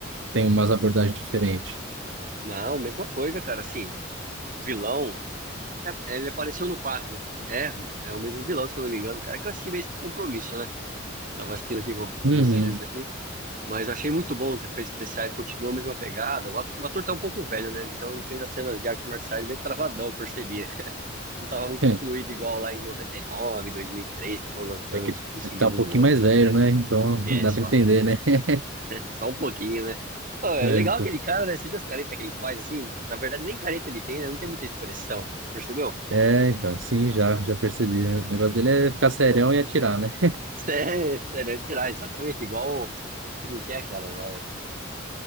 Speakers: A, on the right (about 70°); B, on the right (about 45°).
A: tem umas abordagens diferentes?
B: Não, mesma coisa, cara. Assim, vilão. é, Ele apareceu no 4. É, é o mesmo vilão, se eu não me engano, cara. Que eu assisti meio sem compromisso, né? Tava assistindo aqui com, com
A: Uhum.
B: meus filhos aqui. Mas eu achei muito bom os efeitos especiais, continuou a mesma pegada. O ato- o ator tá um pouco velho, né? Então ele fez as cenas de artes marciais bem travadão, eu percebi. né? não tava muito
A: <laughs>
B: fluido igual lá em 99, 2003, que foram lançando
A: É é que
B: um seguido
A: ele tá um pouquinho
B: do outro.
A: mais velho, né? Então
B: É
A: dá
B: só,
A: pra entender, né? <laughs>
B: <laughs> só um pouquinho, né? Pô, é
A: É,
B: legal
A: então.
B: aquele cara, né? Você viu as caretas que ele faz assim? Na verdade, nem careta ele tem, né? Não tem muita expressão, percebeu?
A: É, então, sim, já, já percebi. O negócio dele é ficar serião e atirar, né?
B: <laughs> Sério, sério, é tirar exatamente igual o filme que é, cara, vai. O